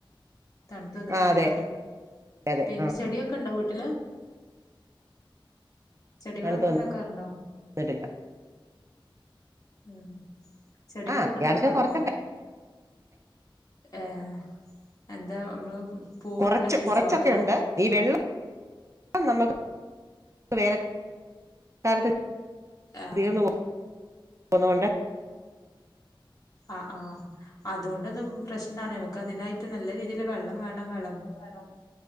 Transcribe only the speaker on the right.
ആ അതെ അതെ
ആ
തണുത്ത്
ന്നിട്ടില്ല
ആ അത്യാവശ്യം
കുറച്ചൊക്കെ
കൊറച്ച്
കൊറച്ചൊക്കെുണ്ട്
ഈ വെള്ളം നമുക്ക് വേനൽ കാലത്ത്
തീർന്ന് പോന്നൊണ്ട്